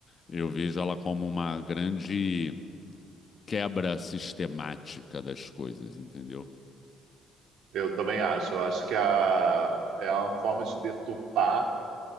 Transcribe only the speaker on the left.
Eu vejo ela como uma grande quebra sistemática das coisas, entendeu?